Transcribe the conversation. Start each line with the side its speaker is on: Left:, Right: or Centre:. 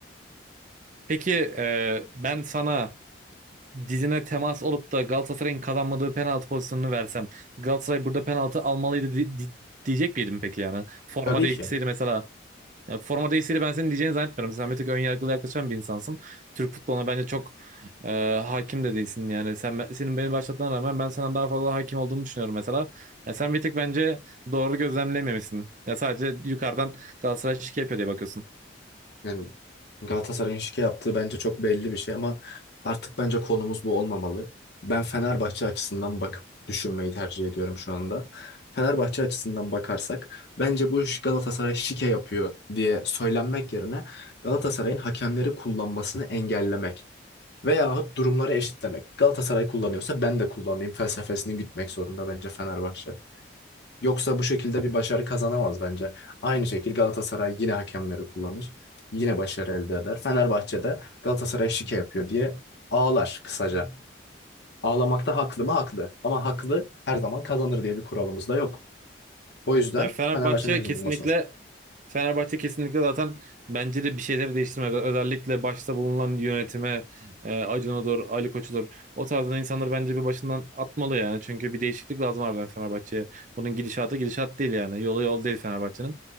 Right: Peki e, ben sana dizine temas olup da Galatasaray'ın kazanmadığı penaltı pozisyonunu versem Galatasaray burada penaltı almalıydı di- di- diyecek miydim peki yani? Forma
Left: Tabii
Right: değişseydi
Left: ki.
Right: mesela. Ya forma değişseydi ben senin diyeceğini zannetmiyorum. Sen bir tık ön yargılı yaklaşan bir insansın. Türk futboluna bence çok e, hakim de değilsin yani. Sen senin beni başlatmana rağmen ben senden daha fazla hakim olduğumu düşünüyorum mesela. Ya sen bir tık bence doğru gözlemlememişsin. Ya sadece yukarıdan Galatasaray şike yapıyor diye bakıyorsun.
Left: Yani Galatasaray'ın şike yaptığı bence çok belli bir şey ama artık bence konumuz bu olmamalı. Ben Fenerbahçe açısından bakıp düşünmeyi tercih ediyorum şu anda. Fenerbahçe açısından bakarsak bence bu iş Galatasaray şike yapıyor diye söylenmek yerine Galatasaray'ın hakemleri kullanmasını engellemek veyahut durumları eşitlemek. Galatasaray kullanıyorsa ben de kullanayım felsefesini gütmek zorunda bence Fenerbahçe. Yoksa bu şekilde bir başarı kazanamaz bence. Aynı şekilde Galatasaray yine hakemleri kullanır. Yine başarı elde eder. Fenerbahçe'de Galatasaray şike yapıyor diye ağlar kısaca. Ağlamakta haklı mı? Haklı. Ama haklı her zaman kazanır diye bir kuralımız da yok. O yüzden
Right: Ya Fenerbahçe
Left: Fenerbahçe'de çözüm
Right: kesinlikle
Left: bulması lazım.
Right: Fenerbahçe kesinlikle zaten bence de bir şeyleri değiştirmek. Özellikle başta bulunan yönetime e, Acun Odur, Ali Koç'udur. O tarzdan insanları bence bir başından atmalı yani. Çünkü bir değişiklik lazım harbiden Fenerbahçe'ye. Bunun gidişatı gidişat değil yani. Yolu yol değil Fenerbahçe'nin.